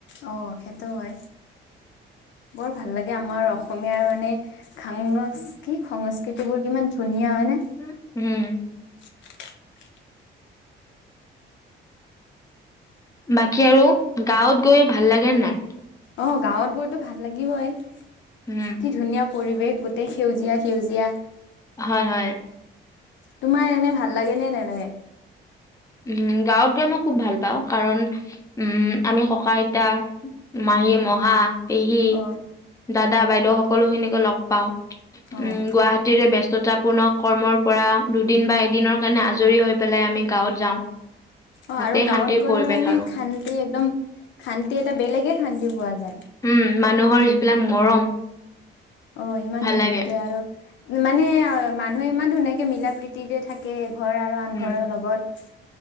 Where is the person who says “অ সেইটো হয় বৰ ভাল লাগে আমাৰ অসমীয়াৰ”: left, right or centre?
Left